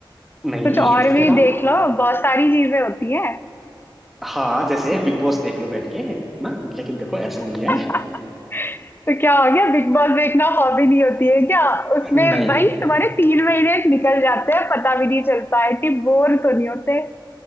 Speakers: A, in the centre; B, on the left.
A: नहीं
B: कुछ और
A: इसके
B: भी
A: अलावा
B: देख लो बहुत सारी चीजें होती हैं
A: हाँ जैसे बिग बॉस देख लो बैठ के ना लेकिन देखो ऐसा नहीं
B: <laughs>
A: है
B: तो क्या हो गया बिग बॉस देखना हॉबी नहीं होती है क्या उसमें
A: नहीं
B: भाई तुम्हारे तीन महीने निकल जाते हैं पता भी नहीं चलता है कि बोर तो नहीं होते